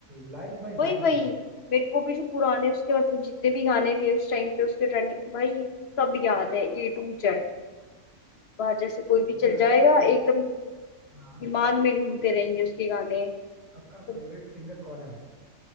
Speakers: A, on the right; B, on the left.
A: लाइन बाय लाइन
B: वही वही
A: याद है
B: मेरे को भी जो पुराने उसके मतलब जितने भी गाने थे उस टाइम पे उसके ट्रेंडिंग भाई सब याद है A to Z वहां जैसे कोई भी
A: ये
B: चल
A: तो वैसे
B: जाएगा
A: आपका फेवरेट
B: एकदम
A: हाँ
B: दिमाग में घूमते रहेंगे उसके गाने
A: आपका
B: तो
A: फेवरेट सिंगर कौन है वैसे